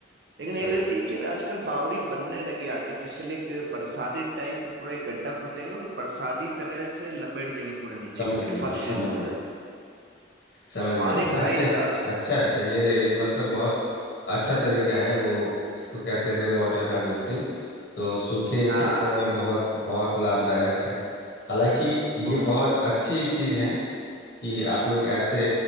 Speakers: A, on the right (about 55°); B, on the left (about 65°).
A: लेकिन
B: सही
A: एक रहती है कि अभी आजकल बावड़ी बनने लगी है आर्टिफिशियल एक बरसाती टाइप वो पूरा एक गड्ढा खोद देंगे और बरसाती तरह से लपेट देंगे पूरे नीचे
B: समझ
A: की साइड
B: गया
A: फर्श
B: मैं समझ
A: जैसा हो
B: गया
A: जाएगा
B: समझ गया
A: पानी
B: मैं
A: भरा
B: अच्छे
A: ही रहता है उसमें
B: अच्छा अच्छा ये रे, मतलब बहुत अच्छा तरीका है वो इसको कहते हैं रेन वाटर हार्वेस्टिंग तो सूखे
A: हाँ
B: क्षेत्रों में बहुत बहुत लाभदायक है हालांकि
A: बहुत
B: ये बहुत
A: बहुत
B: अच्छी चीज है कि आप लोग ऐसे